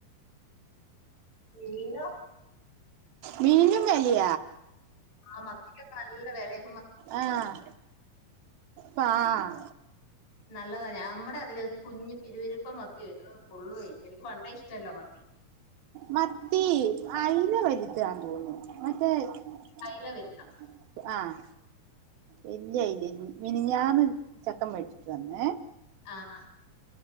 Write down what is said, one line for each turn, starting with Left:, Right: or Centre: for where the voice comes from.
Left: മീനോ?
Right: മീനും വെലയ
Left: ആഹ് മത്തിക്കെ നല്ല വെലയ
Right: ആഹ് പാഹ്
Left: നല്ലതാ ഞമ്മടെ അതിലെ ഒരു കുഞ്ഞ് പിരുവിരിപ്പം മത്തി വരും ഒന്നും കൊള്ളുവല്ല എനിക്ക് പണ്ടേ ഇഷ്ടല്ല മത്തി
Right: മത്തി അയിനെ വലി <unintelligible> <unintelligible>
Left: അയില വിൽക്കാം
Right: ആഹ് വല്യ അയ്ല മനിഞ്ഞാന്ന് ചെക്കൻ മേടിച്ചിട്ട് വന്ന്
Left: അഹ് അഹ്